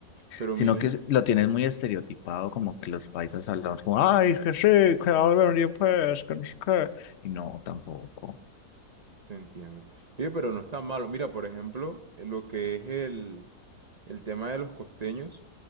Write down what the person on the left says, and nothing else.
sino
que lo tienen muy estereotipado, como que los paisas hablan como, ay, que sí, que hablan y pues, que no sé qué". Y no, tampoco,